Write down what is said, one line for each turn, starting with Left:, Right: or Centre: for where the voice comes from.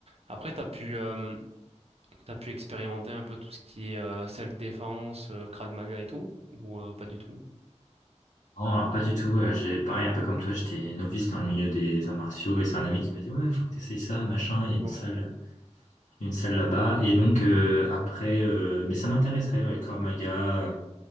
Right: Après, t'as pu, euh, T'as pu expérimenter un peu tout ce qui est euh, self-défense, euh, Krav Maga et tout? Ou euh, pas du tout?
Left: Non, alors pas du tout. euh, J'ai pareil, un peu comme toi, j'étais novice dans le milieu des arts martiaux et c'est un ami qui m'a dit ouais, faut que t'essayes ça, machin. Il y a une
Right: Ouais.
Left: salle, il y a une salle là-bas. Et donc euh, après, euh, mais ça m'intéresserait. ouais, Krav Maga,